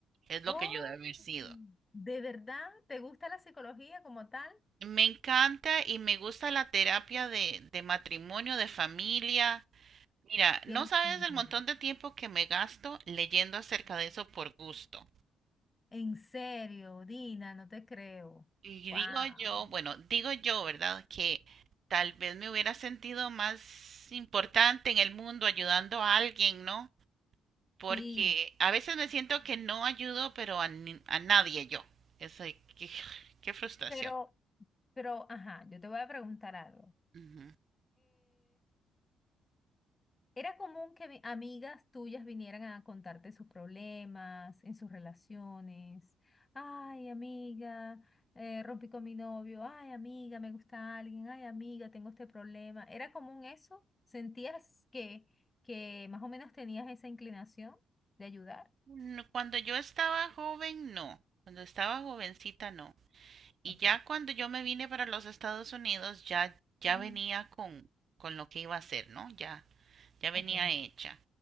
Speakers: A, on the right; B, on the left.
A: Es lo
B: Oh,
A: que yo debe haber sido.
B: ¿de verdad? ¿Te gusta la psicología como tal?
A: Me encanta y me gusta la terapia de, de matrimonio, de familia. Mira, no
B: Qué
A: sabes
B: lindo.
A: el montón de tiempo que me gasto leyendo acerca de eso por gusto.
B: En serio, Dina, no te creo.
A: Y
B: Wow.
A: digo yo, bueno, digo yo, ¿verdad? Que tal vez me hubiera sentido más importante en el mundo ayudando a alguien, ¿no? Porque
B: Sí,
A: a veces me siento que no ayudo, pero a, ni- a nadie yo. Eso, qué, qué frustración.
B: pero, pero, ajá, yo te voy a preguntar algo.
A: Ujú.
B: Era común que vi- amigas tuyas vinieran a contarte sus problemas en sus relaciones. Ay, amiga, eh, rompí con mi novio. Ay, amiga, me gusta alguien. Ay, amiga, tengo este problema. ¿Era común eso? ¿Sentías que, que más o menos tenías esa inclinación de ayudar?
A: No, Cuando yo estaba joven, no. Cuando estaba jovencita, no. Y
B: Okay.
A: ya cuando yo me vine para los Estados Unidos, ya, ya
B: Ujú.
A: venía con, con lo que iba a hacer, ¿no? Ya, ya venía
B: Okay.
A: hecha.